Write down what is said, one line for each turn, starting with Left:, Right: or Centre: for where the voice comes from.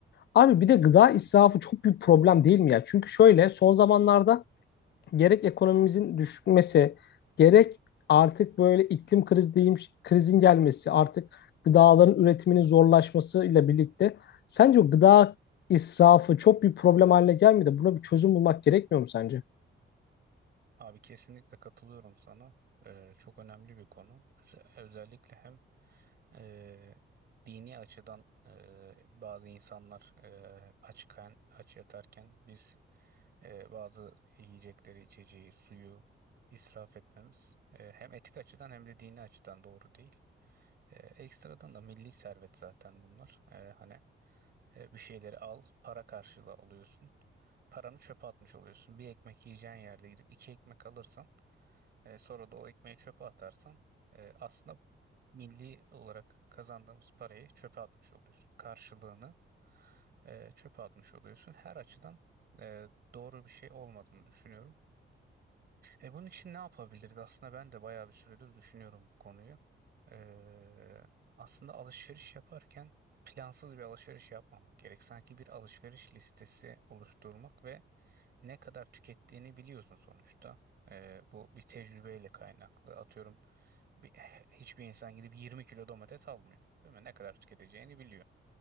Left: Abi bir de gıda israfı çok büyük problem değil mi ya? Çünkü şöyle son zamanlarda gerek ekonomimizin düşmesi, gerek artık böyle iklim krizi diyeyim, krizin gelmesi, artık gıdaların üretiminin zorlaşmasıyla birlikte sence o gıda israfı çok bir problem haline gelmedi. Buna bir çözüm bulmak gerekmiyor mu sence?
Right: Abi kesinlikle katılıyorum sana. Ee, çok önemli bir konu. Öze- Özellikle hem e, dini açıdan e, bazı insanlar e, açken, aç yatarken biz e, bazı yiyecekleri, içeceği, suyu israf etmemiz e, hem etik açıdan hem de dini açıdan doğru değil. E, ekstradan da milli servet zaten bunlar. E, hani e, bir şeyleri al, para karşılığı alıyorsun. Paranı çöpe atmış oluyorsun. Bir ekmek yiyeceğin yerde gidip iki ekmek alırsan e, sonra da o ekmeği çöpe atarsan e, aslında milli olarak kazandığımız parayı çöpe atmış oluyorsun. Karşılığını e, çöpe atmış oluyorsun. Her açıdan e, doğru bir şey olmadığını düşünüyorum. E bunun için ne yapabiliriz? Aslında ben de bayağı bir süredir düşünüyorum bu konuyu. Ee, aslında alışveriş yaparken plansız bir alışveriş yapmamak gerek. Sanki bir alışveriş listesi oluşturmak ve ne kadar tükettiğini biliyorsun sonuçta. Ee, bu bir tecrübeyle kaynaklı. Atıyorum bir, hiçbir insan gidip 20 kilo domates almıyor. Değil mi? Ne kadar tüketeceğini biliyor.